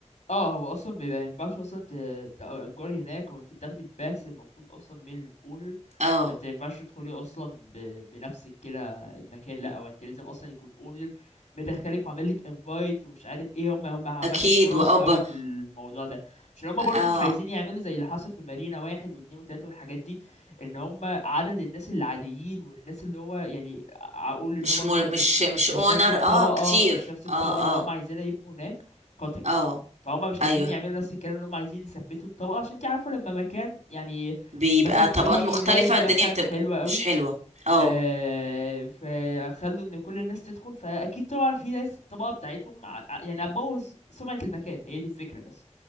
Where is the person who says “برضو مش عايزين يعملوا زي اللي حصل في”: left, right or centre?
Left